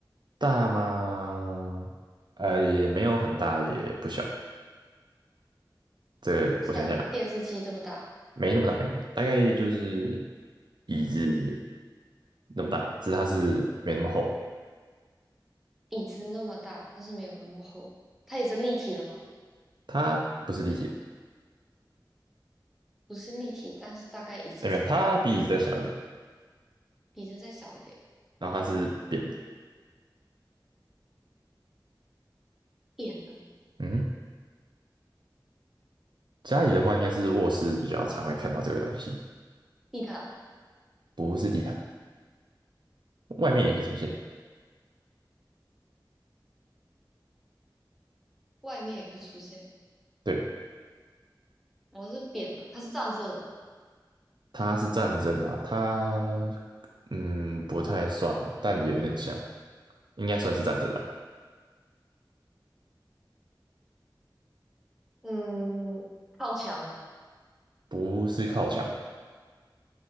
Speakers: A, on the right; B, in the centre.
A: 大吗？呃，也没有很大，也不小。这个我想一下，
B: 像电视机这么大，
A: 没那么大，没那么大，大概就是椅子那么大吧，只是它是没那么厚，
B: 椅子那么大，但是没有那么厚。它也是立体的吗？
A: 它不是立体的，
B: 不是立体，但是大概椅子这么大，
A: 哎没有，它比椅子再小一点，
B: 椅子再小一点，
A: 然后它是扁的。
B: 扁的
A: 嗯，家里的话应该是卧室比较常会看到这个东西。
B: 地毯
A: 不是地毯，外面也可以出现。
B: 外面也可以出现。
A: 对，
B: 我是扁的，它是站着的，
A: 它是站着的嘛？它嗯不太算，但也有点像，应该算是站着的啦
B: 嗯，靠墙吗？
A: 不是靠墙。